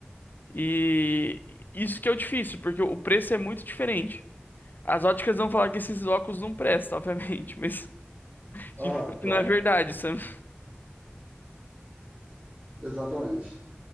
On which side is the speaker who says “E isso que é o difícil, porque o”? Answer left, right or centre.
Left